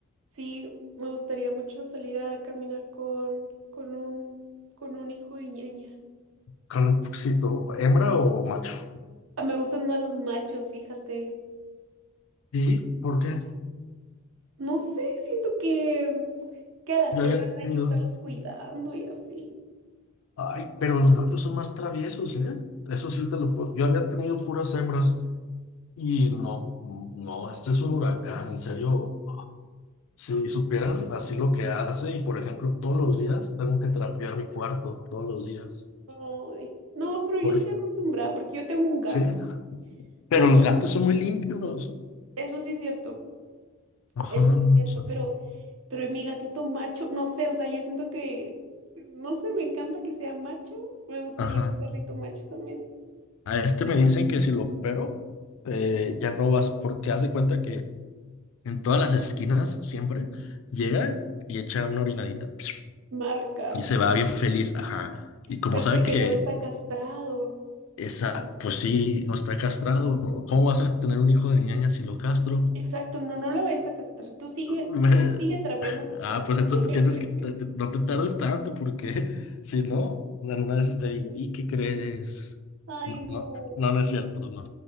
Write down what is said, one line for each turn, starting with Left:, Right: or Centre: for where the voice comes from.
Right: sí, me gustaría mucho salir a caminar con, con un, con un hijo de ñaña.
Left: con un poquito, ¿hembra o macho?
Right: Ah, Me gustan más los machos, fíjate.
Left: Sí, ¿por qué?
Right: No sé, siento que es que a las
Left: Yo
Right: hembras
Left: había tenido.
Right: hay que estarlas cuidando y así.
Left: Ay, pero los machos son más traviesos, ¿eh? Eso sí te lo puedo. Yo había tenido puras hembras y no, no, esto es un huracán, en serio. Si supieras así lo que hace, y por ejemplo, todos los días tengo que trapear mi cuarto, todos los días.
Right: Ay. No, pero yo
Left: Por...
Right: estoy
Left: e,
Right: acostumbrada porque yo tengo un gato.
Left: Sí, pero
Right: Tengo un
Left: los
Right: gato.
Left: gatos son muy limpios.
Right: Eso sí es cierto.
Left: Ajá,
Right: Eso sí es cierto,
Left: o sea,
Right: pero pero mi gatito macho, no sé, o sea, yo siento que no sé, me encanta que sea macho. Me gustaría
Left: ajá.
Right: un perrito macho también.
Left: A este me dicen que si lo opero, eh, ya no vas, porque haz de cuenta que en todas las esquinas siempre llega y echa una orinadita psh,
Right: Marca,
Left: y
Right: sí.
Left: se va bien feliz, ajá. Y como
Right: Pero es
Left: sabe
Right: porque
Left: que
Right: no está castrado.
Left: esa, pues sí, no está castrado, ¿cómo vas a tener un hijo de ñaña si lo castro?
Right: Exacto, no, no lo vayas a castrar. Tú sigue,
Left: <laughs> Me-
Right: tú sigue trapeando tu cuerpo
Left: Ah, pues entonces
Right: <laughs>
Left: te tienes que, te- te- no te tardes tanto porque <laughs> si no, alguna vez te digo, ¿y qué crees?
Right: Ay,
Left: No,
Right: no.
Left: no, no, no es cierto, no.